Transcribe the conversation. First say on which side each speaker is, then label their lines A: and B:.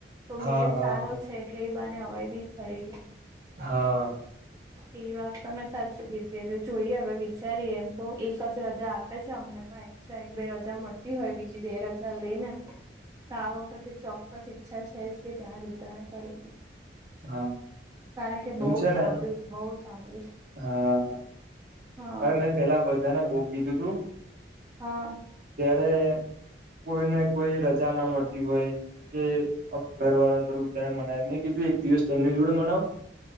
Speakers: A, on the right (about 20°); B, on the right (about 50°).
A: તો
B: હા
A: મેળ
B: હા
A: સારો છે. એટલે એ બાને હવાઈ બી ખરી
B: હા
A: એ વાત તો મેં સાચી કીધી એ જોઈએ હવે વિચારીએ એમ તો એક જ રજા આપે છે. અમને પણ અચ્છા એક બે રજા મળતી હોય બીજી બે રજા લઈ ને તો આ વખતે ચોક્કસ ઈચ્છા છે જ કે ત્યાં જ ઉત્તરાયણ કરી
B: હા
A: કારણ કે
B: હું
A: બહુ
B: છે
A: ચામડ્યું
B: ને
A: બહુ, ચાલી
B: હા
A: હા
B: અરે મેં પેલા બધાને બુ કીધું તુ
A: હા
B: ત્યારે કોઈને કોઈ રજા ના મળતી હોય કે હ, ઘર વાળા થોડું મનાય મેં કીધું એક દિવસ તેમની જોડે મનાવો